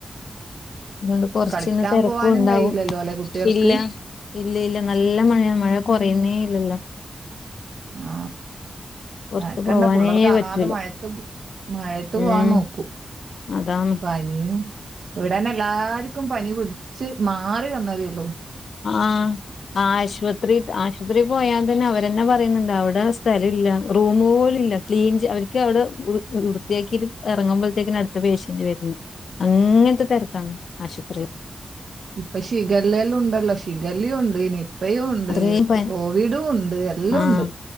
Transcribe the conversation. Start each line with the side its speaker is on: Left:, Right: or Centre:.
Left: അതുകൊണ്ട് കൊറച്ചിന്ന്
Right: കളിക്കാൻ
Left: തെ രക്കും
Right: പോവാനും
Left: ഉണ്ടാവും
Right: കഴിയില്ലല്ലോ അല്ലെ കുട്ടികൾക്ക്
Left: ഇല്ല ഇല്ല ഇല്ല നല്ല മഴ മഴ കുറയുന്നേ ഇല്ലല്ലോ.
Right: ആ
Left: പുറത്ത്
Right: ആക്കണ്ടാ
Left: പോവാനേ
Right: പിള്ളേർ കാണാതെ
Left: പറ്റൂല
Right: മഴത്ത്.. മഴത്ത് പോവാൻ
Left: ഉം
Right: നോക്കൂ
Left: അതാണ്
Right: പനി. ഇവിടെന്നെ എല്ലാർക്കും പനി പിടിച്ച് മാറി വന്നതേയു.
Left: ആ ആശുപത്രി ആശുപത്രി പോയാൽ തന്നെ അവരെന്നെ പറയുന്നുണ്ട്. അവിടെ സ്ഥലംല്ലറൂമ്മ്പോലല്ല ക്ലീൻ അവർക്ക്വിടെ വൃത്തിയാക്കിട്ട് ഇറങ്ങുമ്പ. ത്തേ ക്അടുത്ത പേഷ്യന്റ് വരുന്നു അങ്ങനത്തെ തരകാണ് ആശുപത്രി.
Right: ഇപ്പ ഷിഗല്ലല്ലാം ഉണ്ടല്ലോ. ഷിഗലിയുണ്ട് നിപ്പയയും ഉണ്ട്
Left: അത്രയും പ
Right: കോവിഡും ഉണ്ട് എല്ലാം
Left: ആഹ്
Right: ഉണ്ട്.